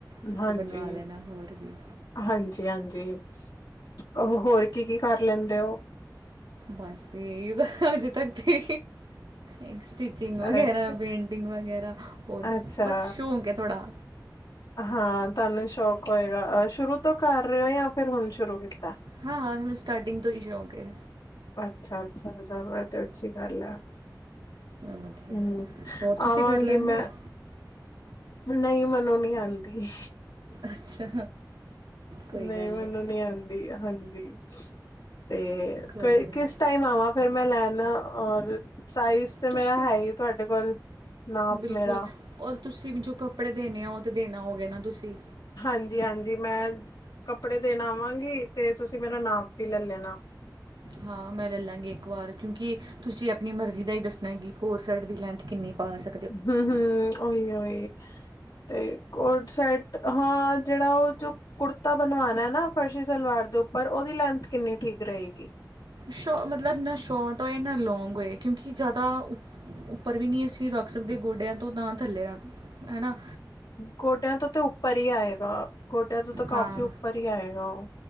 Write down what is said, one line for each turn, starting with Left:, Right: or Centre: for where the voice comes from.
Right: ਤੁਸੀਂ
Left: ਹਾਂਜੀ
Right: ਬਣਵਾ ਲੈਣਾ ਹੋਰ ਵੀ
Left: ਹਾਂਜੀ ਹਾਂਜੀ ਓ ਹੋਰ ਕੀ ਕੀ ਕਰ ਲੈਂਦੇ ਓ?
Right: ਬਸ ਜੀ ਯੋਗਾ ਹਜੇ ਤੱਕ ਤੇ। ਇਕ ਸਟਿਚਿੰਗ ਵਗੈਰਾ,
Left: ਅੱਛਾ,
Right: ਪੇਂਟਿੰਗ ਵਗੈਰਾ ਹੋਰ
Left: ਅੱਛਾ
Right: ਬਸ ਸ਼ੌਂਕ ਐ ਥੋੜਾ।
Left: ਹਾਂ ਤੁਨੂੰ ਸ਼ੌਕ ਹੋਏਗਾ ਸ਼ੁਰੂ ਤੋਂ ਕਰ ਰੇ ਓ, ਜਾਂ ਫੇਰ ਹੁਣ ਸ਼ੁਰੂ ਕੀਤਾ।
Right: ਹਾਂ ਹਾਂ ਸਟਾਟਿੰਗ ਤੋਂ ਈ ਸ਼ੌਂਕ ਏ।
Left: ਅੱਛਾ ਅੱਛਾ ਚਲੋ ਐ ਤੇ ਅੱਛੀ ਗੱਲ ਐ।
Right: ਵਧੀਆ
Left: ਹੂੰ
Right: ਹੋਰ ਤੁਸੀਂ
Left: ਆਵਾਂਗੀ
Right: ਕਰ ਲੈਂਦੇ
Left: ਮੈਂ।
Right: ਹੋ
Left: ਨਈ ਮਨੂੰ ਨੀ ਆਂਦੀ।
Right: ਅੱਛਾ। ਕੋਈ
Left: ਨਈ
Right: ਗੱਲ
Left: ਮੈਨੂੰ
Right: ਨਹੀਂ
Left: ਨੀ ਆਂਦੀ, ਹਾਂਜੀ ਤੇ
Right: ਕੋਈ
Left: ਕਈ ਕਿਸ
Right: ਗੱਲ
Left: ਕਿਸ
Right: ਨਹੀਂ
Left: ਟਾਈਮ ਆਵਾਂ ਫੇਰ ਮੈਂ ਲੈਣ, ਔਰ ਸਾਈਜ਼ ਤੇ
Right: ਤੁਸੀਂ
Left: ਮੇਰਾ ਹੈ ਈ ਏ ਤੁਆਡੇ ਕੋਲ, ਨਾਪ
Right: ਬਿਲਕੁਲ
Left: ਮੇਰਾ।
Right: ਔਰ ਤੁਸੀਂ ਵੀ ਜੋ ਕੱਪੜੇ ਦੇਣੇ ਆ, ਓ ਤੇ ਦੇਣ ਆਓਗੇ ਨਾ ਤੁਸੀਂ।
Left: ਹਾਂਜੀ ਹਾਂਜੀ ਮੈਂ ਕੱਪੜੇ ਦੇਣ ਆਵਾਂਗੀ ਤੇ ਤੁਸੀਂ ਮੇਰਾ ਨਾਪ ਵੀ ਲਲ ਲੈਣਾ।
Right: ਹਾਂ ਮੈਂ ਲੈ ਲਾਂਗੀ ਇੱਕ ਵਾਰ ਕਿਉਂਕਿ ਤੁਸੀਂ ਆਪਣੀ ਮਰਜ਼ੀ ਦਾ ਈ ਦੱਸਣਾ ਕੀ, ਕੋਰਸੈਟ ਦੀ ਲੈਂਥ ਕਿੰਨੀ ਪਾਸ
Left: ਹੂੰ ਹੂੰ ਓਹੀ ਓਹੀ। ਤੇ ਕੋਟ ਸੈਟ ਹਾਂ ਜੇੜਾ ਓ ਜੋ ਕੁੜਤਾ ਬਣਵਾਣਾ ਨਾ ਫਰਸ਼ੀ ਸਲਵਾਰ ਦੇ ਉੱਪਰ ਓਦੀ ਲੈਂਥ ਕਿੰਨੀ ਠੀਕ ਰਏਗੀ।
Right: ਸ਼ੋ ਮਤਲਬ ਨਾ ਸ਼ੋਟ ਓਏ, ਨਾ ਲੌਂਗ ਓਏ ਕਿਉਂਕਿ ਜ਼ਾਦਾ ਉੱਪਰ ਵੀ ਨੀ ਅਸੀਂ ਰੱਖ ਸਕਦੇ ਗੋਡਿਆਂ ਤੋਂ, ਨਾ ਥੱਲੇ ਰੱਖ ਹਨਾ।
Left: ਗੋਡਿਆਂ ਤੋਂ ਤੇ ਉੱਪਰ ਈ ਆਏਗਾ, ਗੋਡਿਆਂ ਤੋਂ ਤਾਂ ਕਾਫ਼ੀ
Right: ਹਾਂ
Left: ਉੱਪਰ ਈ ਆਏਗਾ ਓ।